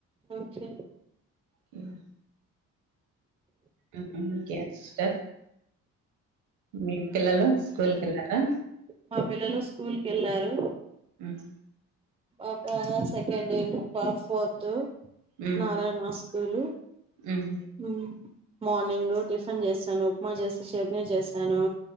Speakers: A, on the right; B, on the right.
A: ఓకె
B: మ్ మ్మ్ ఇంకేం సిస్టర్ మీ పిల్లలు స్కూల్ కి ఎళ్లార?
A: మా పిల్లలు స్కూల్కెళ్ళారు.
B: మ్
A: పాప సెకండ్ ఇయర్ పాస్ పోర్త్
B: మ్
A: నారాయణ స్కూలు
B: మ్
A: మ్ మార్నింగ్ టిఫిన్ చేసాను ఉప్మా చేసి చట్నీ చేశాను.